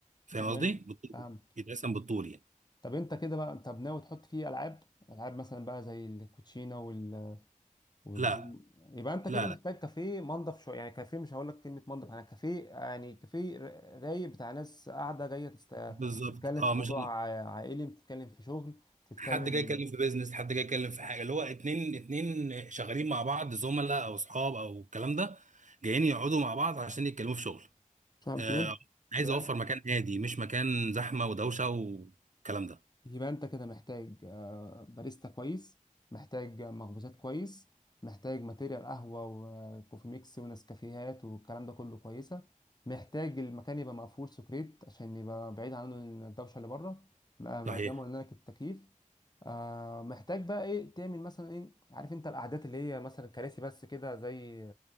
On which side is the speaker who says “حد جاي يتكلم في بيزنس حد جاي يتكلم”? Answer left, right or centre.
Right